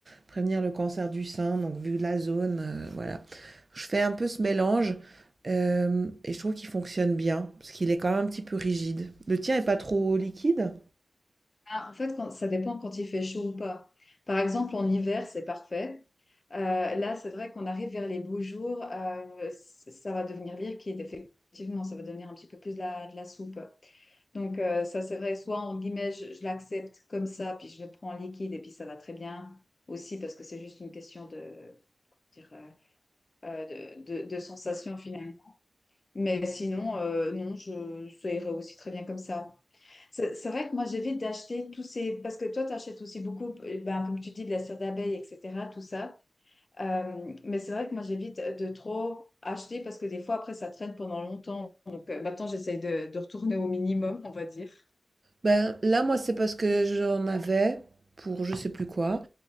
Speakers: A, on the right; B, on the left.
A: prévenir le cancer du sein, donc vu la zone, euh, voilà. Je fais un peu ce mélange, euh, et je trouve qu'il fonctionne bien, parce qu'il est quand même un petit peu rigide. Le tien est pas trop liquide?
B: Ah, en fait, quand- ça dépend quand il fait chaud ou pas. Par exemple, en hiver, c'est parfait. Euh, là, c'est vrai qu'on arrive vers les beaux jours, euh, c- ça va devenir liquide, effectivement, ça va devenir un petit peu plus de la, de la soupe. Donc, euh, ça, c'est vrai, soit en guillemets, je, je l'accepte comme ça, puis je le prends en liquide, et puis ça va très bien aussi, parce que c'est juste une question de, dire, euh, euh, de, de, de sensation finalement. Mais sinon, euh, non, je, ça irait aussi très bien comme ça. C'est c'est vrai que moi, j'évite d'acheter tous ces... Parce que toi, tu achètes aussi beaucoup, euh, ben, comme tu dis, de la cire d'abeille, etc., tout ça. Euh, mais c'est vrai que moi, j'évite de trop acheter parce que des fois, après, ça traîne pendant longtemps. Donc, euh, maintenant, j'essaye de, de retourner au minimum, on va dire.
A: Ben, là, moi, c'est parce que j'en avais pour je sais plus quoi.